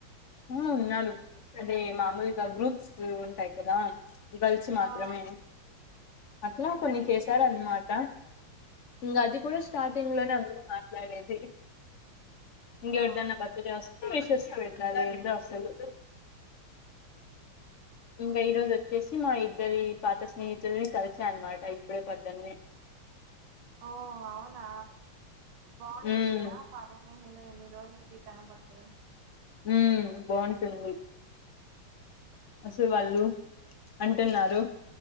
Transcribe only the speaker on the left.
ఆ ఉన్నారు అదే మామూలుగా గ్రూప్స్ ల్ ఉంటాయి కదా గర్ల్స్ మాత్రమే,
అట్లా
కొన్ని చేశారన్నమాట. ఇంగ అది కూడా స్టార్టింగ్
లోనే అందరూ మాట్లాడేది ఇంగెవర్దన్న
బర్త్ డే <unintelligible> విషస్ పెడతారు ఏందో అసలు ఇంగ ఈ రోజు చ్చేసి మా ఇద్దరి పాత స్నేహితుల్ని కలిసా అనమాట ఇప్పుడే పద్దన్నే
ఉమ్
ఊ బాగుంటుంది అసలు వాళ్ళు అంటున్నారు